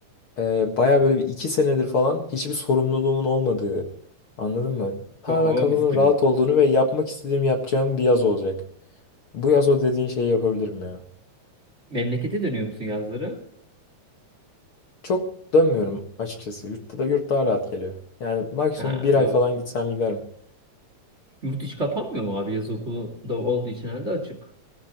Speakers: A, on the left; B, on the right.
A: e, baya böyle bir iki senedir falan hiçbir sorumluluğumun olmadığı. Anladın mı? Tamamen
B: Oo
A: kafamın
B: mis gibi.
A: rahat olduğunu ve yapmak istediğim yapacağım bir yaz olacak. Bu yaz o dediğin şeyi yapabilirim ya.
B: Memlekete dönüyor musun yazları?
A: Çok dönmüyorum açıkçası. Yurtta da yurt daha rahat geliyor. Yani maksimum
B: Ha
A: bir ay
B: doğru.
A: falan gitsem giderim.
B: Yurt içi kapanmıyor mu abi? Yaz okulu da olduğu için herhalde açık.